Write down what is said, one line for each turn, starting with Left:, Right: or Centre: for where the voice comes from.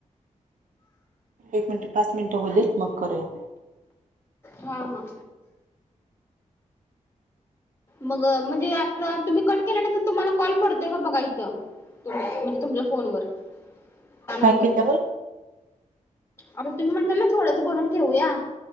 Right: एक मिनिट पाच मिनिट होदेत मग करूया.
Left: हा हा. मग म्हणजे आता तुम्ही कट केल्यानंतर तुम्हाला कॉल पडतोय का बघा इथं. म्हणजे तुमच्या फोनवर. हा
Right: काय
Left: नंबर
Right: केल्यावर.
Left: आता तुम्ही म्हणता ना थोडंच बोलून ठेवूया.